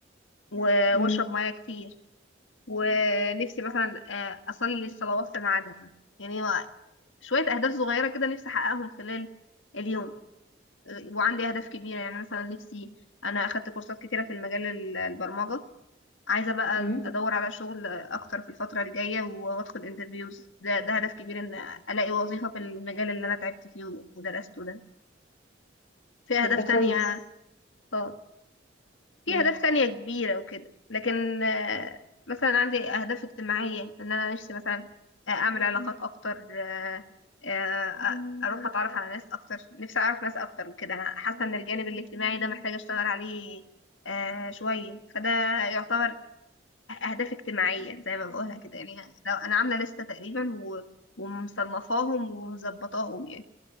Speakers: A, on the left; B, on the left.
A: و-
B: امم
A: واشرب ميه كتير ونفسي مثلا آه، اصلي الصلوات في ميعادها يعني هو شويه اهداف صغيره كده نفسي احققهم خلال اليوم آه، وعندي اهداف كبيره يعني مثلا نفسي انا اخدت كورسات كتيره في المجال ال- البرمجه عايزة بقى
B: امم
A: أدور على شغل أكتر في الفترة الجاية وأدخل انترفيوز ده ده هدف كبير إن ألاقي وظيفة في المجال اللي أنا تعبت فيه ودرسته ده في
B: طب
A: أهداف
B: ده كويس
A: تانية اه في
B: امم
A: أهداف تانية كبيرة وكده لكن آه، مثلا عندي أهداف اجتماعية إن أنا نفسي مثلا آه، أعمل علاقات أكتر آه، آه، أروح أتعرف على ناس أكتر نفسي أعرف ناس أكتر وكده أنا حاسة إن الجانب الاجتماعي ده محتاجة أشتغل عليه آه، شوية فده يعتبر أهداف اجتماعية زي ما بقولها كده يعني لو أنا عاملة لستة تقريبا و... ومصنفاهم ومظبطاهم يعني